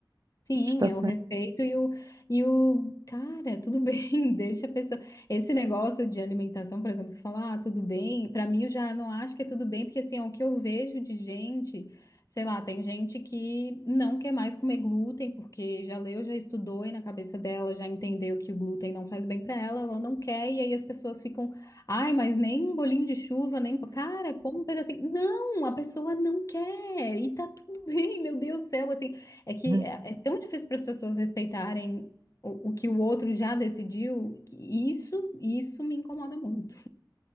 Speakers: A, on the left; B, on the right.
A: Sim,
B: Acho que Tá
A: é
B: certo.
A: o respeito e o, e o cara, tudo bem, <laughs> deixa a pessoa. Esse negócio de alimentação, por exemplo, que fala, ah, tudo bem, pra mim eu já não acho que é tudo bem, porque assim, é o que eu vejo de gente, sei lá, tem gente que não quer mais comer glúten, porque já leu, já estudou e na cabeça dela já entendeu que o glúten não faz bem pra ela, ela não quer, e aí as pessoas ficam, ai, mas nem um bolinho de chuva, nem. Cara, como um pedacinho. Não, a pessoa não quer, e tá tudo <laughs> bem, meu Deus do céu, assim. É que
B: Uhum.
A: é, é tão difícil para as pessoas respeitarem o, o que o outro já decidiu, que isso, isso me incomoda muito.